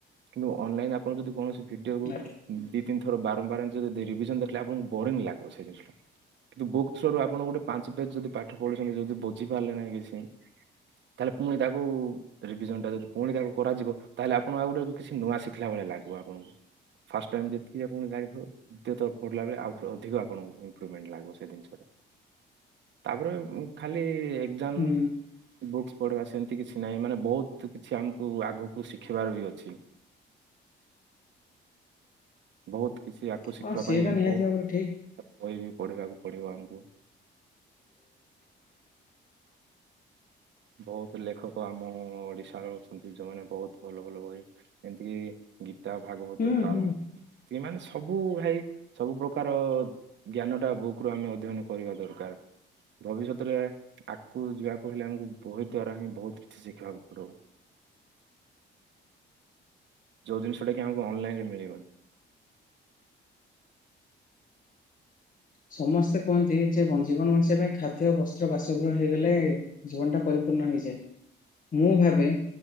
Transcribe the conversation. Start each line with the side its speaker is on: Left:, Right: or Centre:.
Right: କିନ୍ତୁ ଅନଲାଇନ ଆପଣ ଯଦି କୌଣସି ଭିଡିଓକୁ
Left: ଆଜ୍ଞା
Right: ଦି ତିନି ଥର ବାରମ୍ବାର ଆମେ ଯଦି ଦେ ରିଭିଜନ ଦେଖିଲେ ଆପଣଙ୍କୁ ବରିଙ୍ଗ ଲାଗିବ ସେଇ ଜିନିଷଟା କିନ୍ତୁ ବୁକ୍ ଥ୍ରୋ ରୁ ଆପଣ ଗୋଟେ ପାଞ୍ଚ ପେଜ ଯଦି ପାଠ ପଢିଛନ୍ତି ଯଦି ବୁଝିପାରିଲେ ନାହିଁ କିଛି ତାହେଲେ ପୁଣି ତାକୁ ରିଭିଜନ ଟା ଯଦି ପୁଣି ତାକୁ କରାଯିବ ତାହେଲେ ଆପଣଙ୍କୁ ଆଉ ଗୋଟେ କିଛି ନୂଆ ଶିଖିଲା ଭଳିଆ ଲାଗିବ ଆପଣଙ୍କୁ ଫାଷ୍ଟ ଟାଇମ ଯେତିକି ଆପଣ ଜାଇଥିବ ଦ୍ୱିତୀୟଥର ପଢ଼ିଲା ବେଳେ ଆଉଥରେ ଅଧିକ ଆପଣଙ୍କୁ ଇମ୍ପ୍ରଭମେଣ୍ଟ ଲାଗିଵ ସେ ଜିନିସ ରେ ତାପରେ ଉ - ଖାଲି ଦେନ୍
Left: ହୁଁ
Right: ବୁକ୍ସ ପଢିବା ସେମିତି କିଛି ନାହିଁ ମାନେ ବହୁତ କିଛି ଆମକୁ ଆଗକୁ କୁ ଶିଖିବାର ବି ଅଛି ବହୁତ କିଛିୟକୁ ଶିଖିବା
Left: ହଁ ସିଏ
Right: ପାଇଁ
Left: ତ ନିହାତି
Right: ବହୁତ
Left: ଭାବରେ ଠିକ
Right: କହିବି ପଢ଼ିବାକୁ ପଡ଼ିବ ଆମକୁ। ବହୁତ ଲେଖକ ଆମ ଓଡ଼ିଶାର ଅଛନ୍ତି ଯୋଉମାନେ ବହୁତ ଭଲ ଭଲ ବହି ଏମତିକି ଗୀତା ଭାଗବତ
Left: ହୁଁ
Right: ଠୁଆର
Left: ହୁଁ
Right: ମତେ ଏ ମାନେ ସବୁ ଭାଇ ସବୁ ପ୍ରକାର ଜ୍ଞାନଟା ବୁକ୍ରୁ ଆମେ ଅଧ୍ୟୟନ କରିବା ଦରକାର। ଭବିଷ୍ୟତରେ ଆଗକୁ ଯିବାକୁ ହେଲେ ଆମକୁ ବହି ଦ୍ଵାରା ହିଁ ବହୁତ କିଛି ଶିଖିବାକୁ ପଡଉ। ଯେଉଁ ଜିନିଶ ଟା କି ଆମକୁ ଅନାଇନରେ ମିଳିବନି।
Left: ସମସ୍ତେ କୁହନ୍ତି ଯେ ଜୀବନ ବଞ୍ଚିବା ପାଇଁ ଖାଦ୍ୟ ବସ୍ତ୍ର ବାସଗୃହ ହେଇଗଲେ ଜୀବନଟା ପରିପୂର୍ଣ୍ଣ ହେଇଯାଏ ମୁଁ ଭାବେ